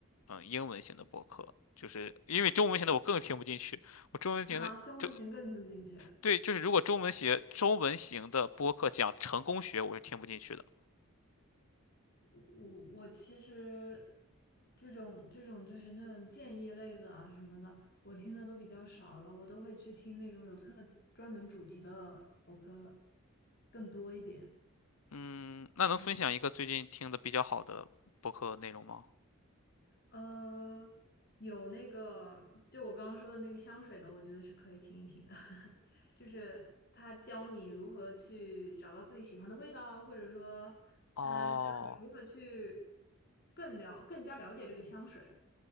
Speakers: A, on the left; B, on the left.
A: 嗯英文型的播客，就是因为中文型的我更听不进去，我中文型的就
B: 啊，中文型更听不进去。
A: 对，就是如果中文学中文型的播客讲成功学，我是听不进去的。
B: 我我其实这种这种就是那种建议类的啊什么的，我听的都比较少了，我都会去听那种有特专门主题的博客更多一点。
A: 嗯，那能分享一个最近听的比较好的播客内容吗？
B: 嗯。呃，有那个，就我刚刚说的那个香水的，我觉得是可以听一听的，<laughs> 就是他教你如何去找到自己喜欢的味道，或者说他教你如何去
A: 哦
B: 更了更加了解这个香水，